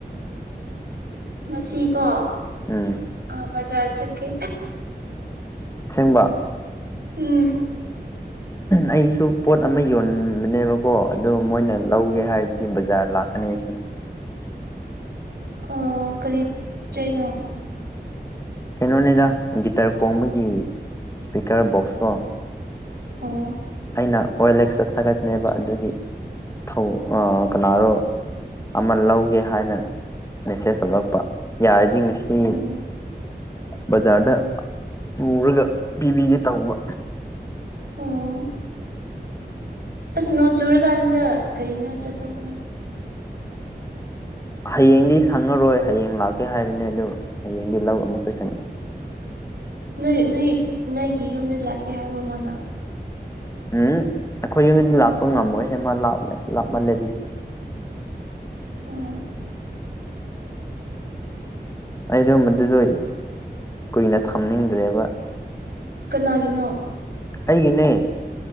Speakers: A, on the right; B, on the left.
A: ꯉꯁꯤ ꯀꯣ
B: ꯎꯝ
A: ꯑꯥ ꯕꯖꯥꯔ ꯆꯠꯀꯦ
B: ꯑꯁꯦꯡꯕ
A: ꯎꯝ
B: ꯑꯩꯁꯨ ꯄꯣꯠ ꯑꯃ ꯌꯣꯟꯕꯅꯦꯕꯀꯣ ꯑꯗꯨ ꯃꯣꯏꯅ ꯂꯧꯒꯦ ꯍꯥꯏꯔꯗꯤ ꯕꯖꯥꯔ ꯂꯥꯛ ꯀꯅꯤ ꯑꯩꯁꯨ
A: ꯑꯣ ꯀꯔꯤ ꯆꯩꯩꯅꯣ
B: ꯀꯩꯅꯣꯅꯤꯗ ꯒꯤꯇꯔ ꯈꯣꯡꯕꯒꯤ ꯏꯁꯄꯤꯀꯔ ꯕꯣꯛꯁ ꯀꯣ
A: ꯑꯣ
B: ꯑꯩꯅ ꯑꯣꯜ ꯑꯦꯛꯁꯇ ꯊꯥꯒꯠꯅꯦꯕ ꯑꯗꯨꯒꯤ ꯊꯧ ꯑꯥ ꯀꯅꯥꯔꯣ ꯑꯃ ꯂꯧꯒꯦ ꯍꯥꯏꯅ ꯃꯦꯁꯦꯁ ꯇꯧꯔꯛꯄ ꯌꯥꯔꯗꯤ ꯉꯁꯤ
A: ꯎꯝ
B: ꯕꯖꯥꯔꯗ ꯄꯨꯔꯒ ꯄꯤꯕꯤꯒꯦ ꯇꯧꯕ
A: ꯑꯝ ꯑꯁ ꯅꯣꯡ ꯆꯨꯔꯀꯥꯟꯁꯤꯗ ꯀꯩꯅꯣ ꯆꯠꯊꯣꯛꯀꯅꯣ
B: ꯍꯌꯦꯡꯗꯤ ꯁꯪꯉꯔꯣꯏ ꯍꯌꯦꯡ ꯂꯥꯛꯀꯦ ꯍꯥꯏꯕꯅꯦ ꯑꯗꯨ ꯍꯌꯦꯡꯗꯤ ꯂꯧ ꯑꯃꯨꯛ ꯆꯠꯀꯅꯤ
A: ꯅꯣꯏ ꯅꯣꯏ ꯅꯣꯏꯒꯤ ꯌꯨꯝꯗ ꯂꯥꯛꯀꯦ ꯍꯥꯏꯕ꯭ꯔꯣ ꯃꯥꯅ
B: ꯎꯝ ꯑꯩꯈꯣꯏ ꯌꯨꯝꯗꯗꯤ ꯂꯥꯛꯄ ꯉꯝꯃꯣꯏꯍꯦ ꯃꯥ ꯂꯥꯞꯃꯦ ꯂꯥꯞꯃꯜꯂꯦ ꯑꯗꯨꯗꯤ
A: ꯑꯣ
B: ꯑꯩꯗꯣ ꯑꯗꯨꯗꯣ ꯀꯨꯏꯅ ꯊꯝꯅꯤꯡꯗ꯭ꯔꯦꯕ
A: ꯀꯅꯥꯒꯤꯅꯣ
B: ꯑꯩꯒꯤꯅꯦ